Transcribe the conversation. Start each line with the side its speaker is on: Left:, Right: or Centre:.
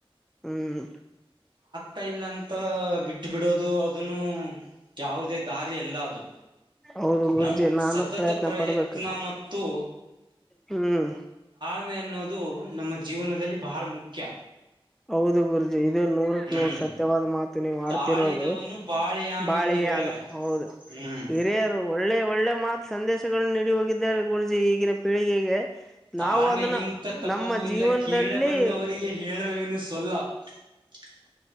Centre: ಹ್ಮ್.
Right: ಟ ಇಲ್ಲಾಂತ ಬಿಟ್ಟು ಬಿಡೋದು ಅದನು ಯಾವುದೇ ದಾರಿ ಎಲ್ಲ ಅದು.
Centre: ಹೌದು ಗುರುಜಿ
Right: ನಾವು
Centre: ನಾನು
Right: ಸತತ ಪ್ರಯತ್ನ
Centre: ಪಡ್ಬೇಕು
Right: ಮತ್ತು.
Centre: ಹ್ಮ್.
Right: ಮ್ಮೆ ಅನ್ನೋದು ನಮ್ಮ ಜೀವನದಲ್ಲಿ ಬಹಳ ಮುಖ್ಯ.
Centre: ಹೌದು ಗುರುಜಿ ಇದು ನೂರಕ್
Right: ಹ್ಮ್
Centre: ನೂರ್ ಸತ್ಯವಾದ ಮಾತು ನೀವು ಆಡ್ತಿರೋದು.
Right: ತಾಳಿದವನು ಬಾಳಿಯಾನು
Centre: ಬಾಳೆಯಾನು
Right: ಎಂದು ಹೇಳ್ಯಾರ
Centre: ಹೌದು
Right: ಹ್ಮ್
Centre: ಹಿರಿಯರು ಒಳ್ಳೆ ಒಳ್ಳೆ. ಮಾತ್ ಸಂದೇಶಗಳು ನೀಡಿ ಹೋಗಿದ್ದಾರೆ ಗುರುಜಿ ಈಗಿನ ಪೀಳಿಗೆಗೆ.
Right: ತಾ್ಮೆಗಿಂತ
Centre: ನಾವು ಅದನ್ನ
Right: ತಪವೂ
Centre: ನಮ್ಮ
Right: ಇಲ್ಲ
Centre: ಜೀವನದಲ್ಲಿ
Right: ಕೇಳಬಲ್ಲವರಿಗೆ ಹೇಳ. ವನು ಸಲ್ಲ <unintelligible>